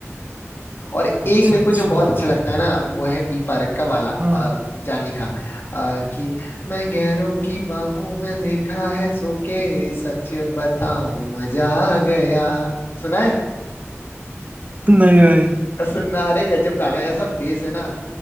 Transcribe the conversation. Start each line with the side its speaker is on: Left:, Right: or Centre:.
Left: और एक
Right: अच्छा
Left: मेरे
Right: अच्छा
Left: को जो बहुत अच्छा लगता है ना वो है बी पारक का वाला अ,
Right: हाँ
Left: जाने का अ, कि मैं गैरों की बाहों में देखा है सो के सच बताऊं मजा आ गया सुना है
Right: <laughs> नहीं भाई
Left: और सुनना अरे गजब गाना है ऐसा बेस है ना